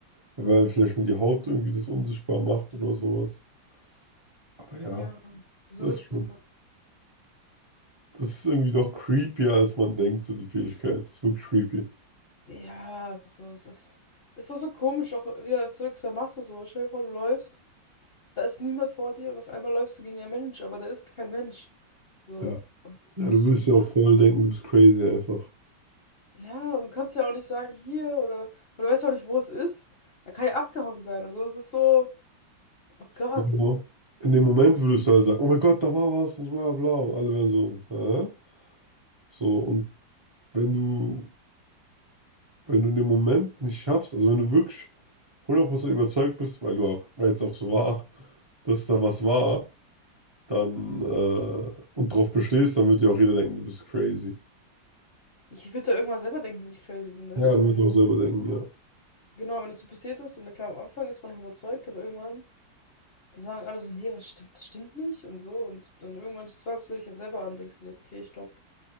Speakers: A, on the right; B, on the left.
A: weil vielleicht nur die Haut irgendwie das unsichtbar macht oder sowas. Aber
B: Ja,
A: ja,
B: so, so
A: das
B: Risse
A: ist schon,
B: und dann.
A: das ist irgendwie doch creepier, als man denkt, so die Fähigkeit. Das ist wirklich creepy.
B: Ja, so, es ist. Es ist doch so komisch, auch wieder zurück zur Masse so. Stell dir vor, du läufst, da ist niemand vor dir und auf einmal läufst du gegen einen Mensch, aber da ist kein Mensch. So,
A: Ja,
B: und
A: ja,
B: ich
A: du würdest
B: so,
A: ja
B: was?
A: auch voll denken, du bist crazy einfach.
B: Ja, und du kannst ja auch nicht sagen, hier oder, oder du weißt ja auch nicht, wo es ist. Er kann ja abgehauen sein. Also es ist so, oh Gott.
A: Genau. In dem Moment würdest du halt sagen, oh mein Gott, da war was und so bla bla. Und alle wären so, hä? So, und wenn du, wenn du in dem Moment nicht schaffst, also wenn du wirklich 100% überzeugt bist, weil du auch, weil es auch so war, dass da was war, dann äh, und drauf bestehst, dann wird dir auch jeder denken, du bist crazy.
B: Ich würde da irgendwann selber denken, dass ich crazy bin, weißt
A: Ja,
B: du?
A: man
B: Wenn,
A: wird auch selber denken, ja.
B: genau, wenn das so passiert ist und klar, am Anfang ist man noch überzeugt, aber irgendwann, da sagen alle so, nee, was stimmt, das stimmt nicht und so. Und dann irgendwann zweifelst du dich ja selber an, denkst du so, okay, ich glaube,